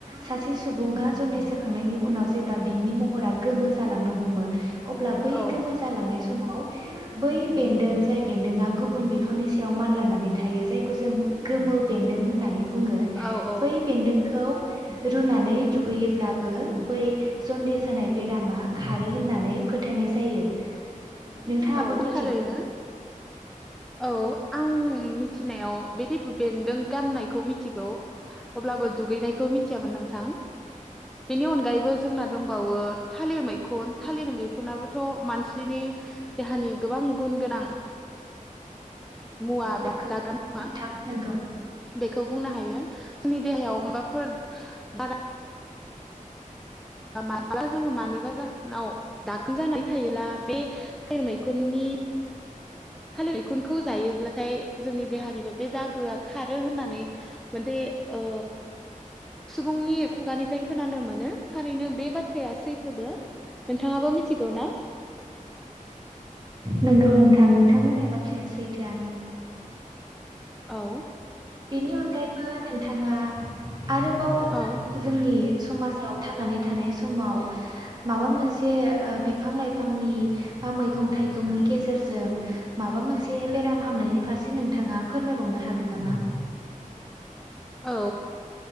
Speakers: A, on the right; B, in the centre.
A: सासे सुबुङा जन्दिस जाखांनायनि उनाव जेब्ला बिनि महरा गोमो जालांनो हमो। अब्ला बै
B: औ
A: गोमो जालांनाय सम माव बै बेन्दों जाय बेन्दोंआ गुबुन बिफांनि सायाव मानलानानै थायो जायखौ जों गोमो बेन्दों होननानै बुङो
B: औ औ
A: बै बेन्दोंखौ रुनानै दुगैयोब्लाबो बै जन्दिस जानाय बेरामा खारो होननानै फोथायनाय जायो नोंथाङाबो
B: औ
A: मि
B: थारैनो औ आं उम। उम मिथिनायाव बिदि बेन्दों गाननायखौ मिथिगौ अब्लाबो दुगैनायखौ मिथियामोन नोंथां बेनि अनगायैबो जोंना दंबावो थालिर मै खुन थालिर मैखुनाबोथ मानसिनि गोबां गुन गोनां। मुवा बा
A: नोंगौ
B: जाग्रा मुवा
A: नोंथां नोंगौ
B: बेखौ बुंनो हायो जोंनि देहायाव माबाफोर बारा मालाबा जोङो मानिबा जाहोनाव दाखोन जानाय थायोब्ला बे थालिर मैखुननि थालिर मैखुनखौ जायोब्लाथाय जोंनि देहानिफ्राय बे दागोआ खारो होननानै मोनसे ओ सुबुंनि खुगानिफ्राय खोनानो मोन नों थारैनो बे बाथ थ्राया सैथोबो नोंथाङाबो मिथिगौ ना
A: नोंगौ नोंथां नोंथां बुंनाय बाथ्राया सैथोआनो
B: औ
A: बेनि अनगायैबो नोंथाङा आरोबाव
B: औ
A: जोंनि समाजाव थांनानै थानाय समाव माबा मोनसे ओ बिफां लाइफांनि बा मैगं थाइगंनि गेजेरजों माबा मोनसे बेराम हामनायनि फारसे नोंथाङा फोरमायबावनो हागोन नामा?
B: औ